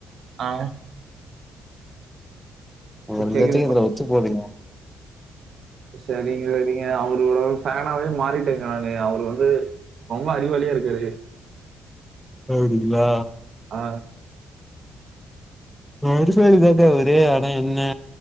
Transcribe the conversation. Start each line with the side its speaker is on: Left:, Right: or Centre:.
Right: ஆ
Centre: ஒங்க ரெண்டு
Right: கேக்குதுங்க
Centre: பேத்துக்கு இதுல ஒத்து போதுங்க
Right: செரிங்க நீங்க அவரோட ஃபேனாவே மாறிட்டே நானு அவுரு வந்து ரொம்ப அறிவாளியாருக்காரு
Centre: அப்டிங்களா
Right: ஆ
Centre: நா அறிவாளி‌ தான்டா து அட என்ன